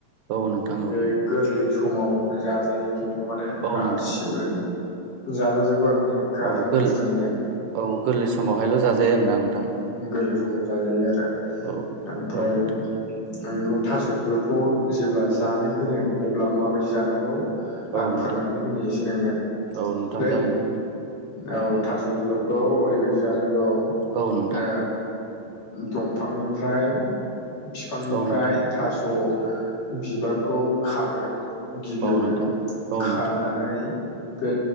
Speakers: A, on the right; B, on the left.
A: औ नोंथां
B: बे
A: औ
B: गोरलै समाव जाजायो खिन्थु माने
A: औ
B: गासिबो
A: नोंथां
B: जाजाजोबो आरो माने गारजानाय
A: औ गोर
B: बुस्थुआनो गैया
A: औ गोरलै समावहायल' जाजायो आरोना नोंथां।
B: गोरलै समाव जाजायो आरो
A: औ
B: ओमफ्राय
A: औ नोंथां
B: बेखौ थास' बिबारखौ जेब्ला जानो होनो अब्ला माबायदि जानांगौ आं
A: औ नोंथां
B: फोरमायनानै होनि इसे नोंनो
A: औ नोंथां
B: दै
A: जागोन दे
B: औ थास' बिबारखौ ओरैबायदि जानांगौ
A: औ नोंथां
B: ओ दंफांनिफ्राय बिफांनिफ्राय
A: औ नोंथां
B: थास' बिबारखौ खादो गिबियावनो
A: औ नोंथां औ
B: खानानै
A: नोंथां
B: बे